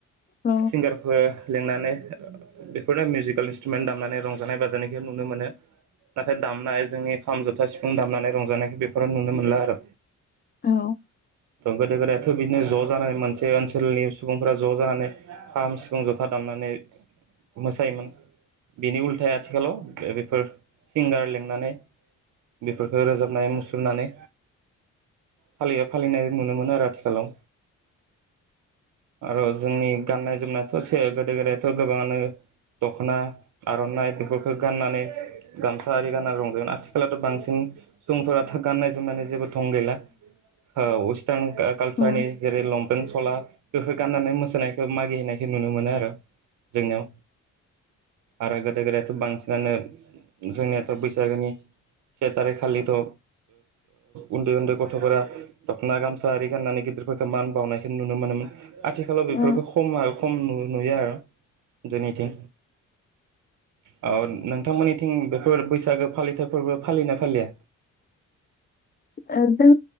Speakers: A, on the left (about 30°); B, on the right (about 60°).
A: औ
B: सिंगारफोर लिंनानै बेफोरनो मिउजिकेल इन्सट्रुमेन दामनानै रंजानाय बाजानायखौ नुनो मोनो। नाथाय दामनाय जोंनि खाम जथ सिफुं दामनानै रंजानायखौ बेफोराव नुनो मोनला आर'।
A: औ
B: गोदो गोदायाथ' बिदिनो ज' जानानै मोनसे ओनसोलनि सुबुंफ्रा ज' जानानै खाम, सिफुं, जथा दामनानै मोसायोमोन। बिनि उल्थाया आथिखालाव बेफोर सिंगार लिंनानै बेफोरखौ रोजाबनाय मुसुरनानै फालियो फालिनाय नुनो मोनो आरो आथिखालाव। <inaudible> आर' जोंनि गाननाय जोमनायाथ' से गोदो गोदायथ' गोबाङानो दख'ना आर'नाइ बेफोरखो गाननानै गामसा आरि गानना रंजायो आथि खालाथ' बांसिन सुबुंफोरा थ' गाननाय जोमनानै जोबोद थं गैला ओ वेस्टार्न का कालसारनि
A: औ
B: जेरै लंपेेन सला बेफोर गाननानै मोसानायखौ मागिहैनायखौ नुनो मोनो आर' जोंनियाव। आरो गोदो गोदायथ' बांसिनानो जोंनियाथ' बैसागोनि से तारिख खालिथ' ओ उन्दै उन्दै गथ'फोरा दख'ना गामसा आरि गाननानै गिदिरफोरखौ मान बावनायखौ नुनो मोनोमोन। आथिखालाव बेफोरखौ
A: ओ,
B: खमा खम नु नुयो आर' जोंनिथिं <inaudible> ओ नोंथांमोननिथिं बेफोर बैसागो फालिथाय फोरबो फालियोना फालिया?
A: ओ जों